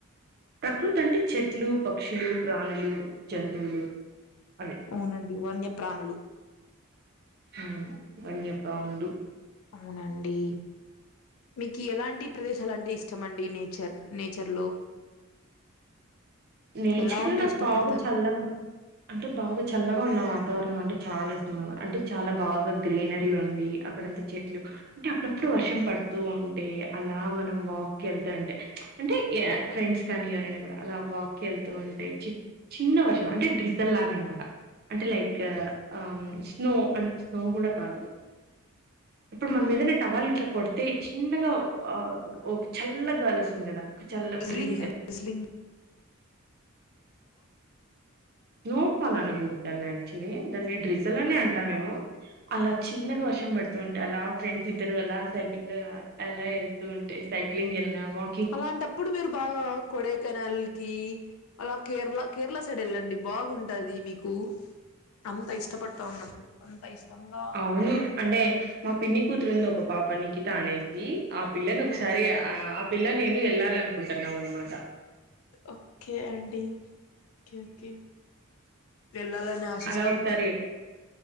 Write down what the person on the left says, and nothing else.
అవునండి వన్యప్రాణులు.
అవునండి, మీకి ఎలాంటి ప్రదేశాలంటే ఇష్టం అండి నేచర్ నేచర్లో
ఎలా ఉంటే
ఇష్టపడతారు
డ్రిసిలింగ్
అం డ్రిసిలింగ్
హ్మ్.
అలాంటప్పుడు మీరు బాగా కొడైకెనాల్ కి అలా కేరళా కేరళా సైడ్ ఎళ్ళండి బాగుంటది మీకు. అంతా ఇష్టపడతా ఉన్నప్పుడు. అంత ఇష్టంగా
బా
ఓకే అండి. ఓకే, ఓకే వెళ్ళాలని ఆ